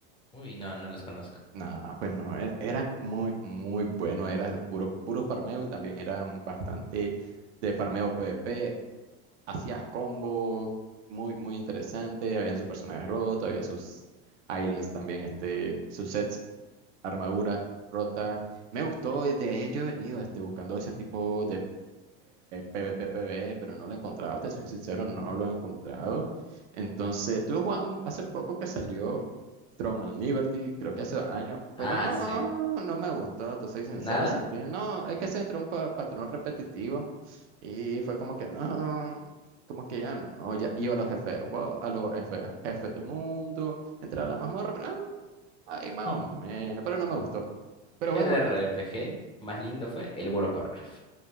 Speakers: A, on the left; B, on the right.
A: Uy, no, no los conozco.
B: Nah, pues no, er- eran muy, muy buenos, era puro, puro farmeo y también eran bastante de farmeo PvP, hacías combo muy, muy interesante, habían sus personajes rotos, había sus items también, este, sus sets, armadura rota. Me gustó, desde ahí yo he venido este, buscando ese tipo de PvP, PvE, pero no lo he encontrado, te soy sincero, no lo he encontrado. Entonces, estuve jugando un- hace poco que salió Throne and Liberty, creo que hace dos años, pero
A: Ah,
B: no,
A: sí.
B: no me gustó, te soy sincero,
A: ¿Nada?
B: sentí, no, es que se entró un pa- patrón repetitivo y fue como que, ah, como que ya, no, ya iba a los jefes, wow, a los jefes, jefes de mundo, entraba a la mazmorra, pero, ah, ahí más
A: <laughs>
B: o menos, pero no me gustó. Pero
A: El
B: bueno,
A: R
B: este.
A: P G más lindo fue el World of Warcraft.